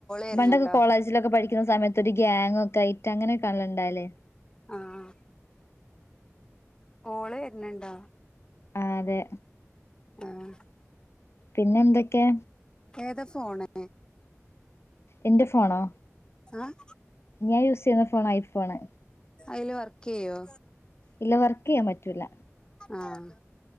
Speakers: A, on the left; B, on the left.
A: വരുന്നുണ്ടോ
B: പണ്ടൊക്കെ കോളേജിലൊക്കെ പഠിക്ക്ണ സമയത്ത് ഒരു ഗാങൊക്കെ ആയിട്ട് അങ്ങനെക്കേണല്ലൊ ഇണ്ടാവല്
A: ആഹ് കോള് വര്ന്ണ്ടോ?
B: ആഹ് അതേ.
A: ആഹ്
B: പിന്നെന്തെക്കെ?
A: ഏതാ ഫോണ്?
B: ഇന്റെ ഫോണോ?
A: ആഹ്
B: ഞാൻ യൂസ് ചെയ്യുന്ന ഫോൺ ഐഫോണ്
A: അയില് വർക്ക് യ്യൊ
B: ഇല്ല വർക്ക് ചെയ്യാൻ പറ്റൂല
A: ആഹ്